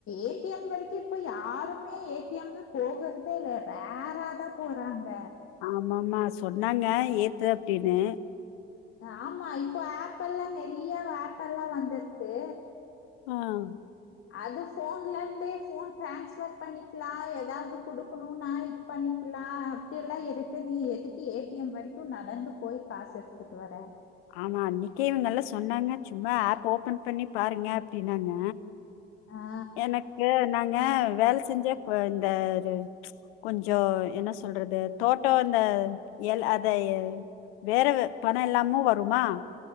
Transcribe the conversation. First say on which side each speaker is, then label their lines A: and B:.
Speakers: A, on the left (about 45°); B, on the left (about 75°).
A: ஏடிஎம் வரைக்கும் இப்போ யாருமே ஏடிஎம் போகுறதே இல்ல வேற தான் போறாங்க
B: ஆமமா சொன்னாங்க ஏ அது அப்படின்னு
A: ஆமா இப்போ ஆப்பெல்லாம் நிறைய ஆப்பெல்லாம் வந்திருக்கு
B: ஆம்
A: அது போன்ல இருந்தே போன் டிரான்ஸ்பர் பண்ணிக்கலாம் ஏதாவது குடுக்கணும் நான் இது பண்ணிக்கலாம் அப்படிய எல்லாம் இருக்கு நீ எதுக்கு ஏடிஎம் வரைக்கும் நடந்து போய் காசு எடுத்துட்டு வர
B: ஆமா அன்னைக்கு இவங்க எல்லாம் சொன்னாங்க சும்மா ஆப் ஓபன் பண்ணி பாருங்க அப்படினாங்க
A: ஆ
B: எனக்கு நாங்க வேலை செஞ்ச இந்த ஒரு கொஞ்சோ என்ன சொல்றது தோட்டோ இந்த எல் அத வேற பணம் இல்லாமா வருமா